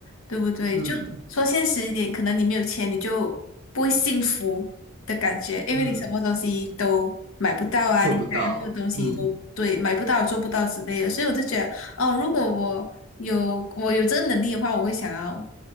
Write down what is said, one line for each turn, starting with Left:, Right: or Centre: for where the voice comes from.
Left: 对不对？
Right: 嗯
Left: 就说现实一点，可能你没有钱，你就不会幸福的感觉，因为你什么东西都买不到啊，
Right: 嗯，做不到，
Left: 你想要的东西都对买不到、
Right: 嗯
Left: 做不到之类的。所以我就觉得，哦，如果我有我有这个能力的话，我会想要